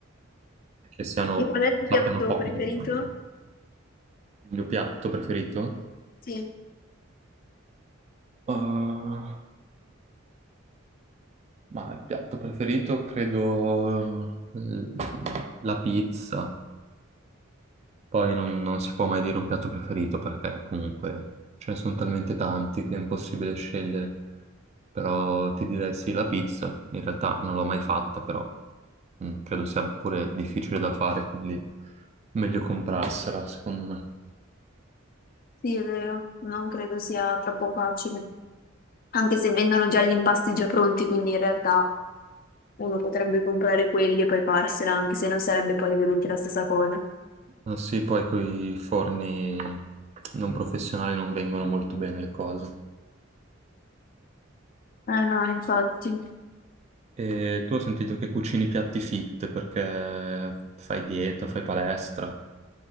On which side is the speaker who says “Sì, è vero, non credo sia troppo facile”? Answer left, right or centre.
Left